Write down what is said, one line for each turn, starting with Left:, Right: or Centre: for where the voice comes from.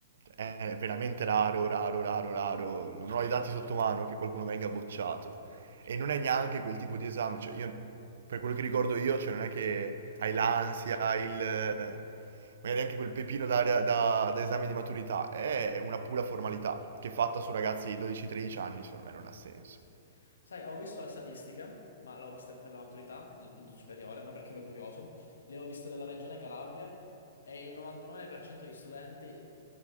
Right: è veramente raro, raro, raro, raro. Non ho i dati sotto mano che qualcuno venga bocciato. E non è neanche quel tipo di esame. Cioè, io, per quello che ricordo io, cioè, non è che
Left: Sì,
Right: hai l'ansia, hai il... magari anche quel pepino da, da- da esame di maturità. È una pura formalità che è fatta su ragazzi di 12-13 anni, secondo me non ha senso.
Left: sì. Sai, ho visto le statistiche, ma l'ho vista per la maturità del quinto superiore, ma perché ero curioso. Le ho viste della regione Calabria e il 99% degli studenti